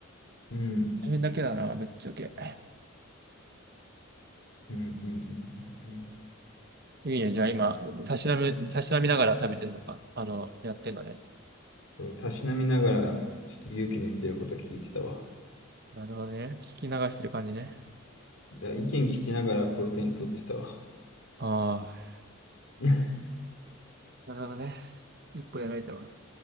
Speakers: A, on the left; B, on the right.
A: うん
B: 大変だけだな、ぶっちゃけ。
A: うんうんうんうんうん。
B: いいね、じゃあ今、たしなみ、たしなみながら食べてるのか、あの、やってんのね。
A: そうたしなみながら、ちょっと勇気の言ってること聞いてたわ。
B: なるほどね。聞き流してる感じね。
A: だ意見聞きながらプロテイン取ってたわ。
B: ああ。
A: <laughs>
B: なるほどね。一歩やられたわ。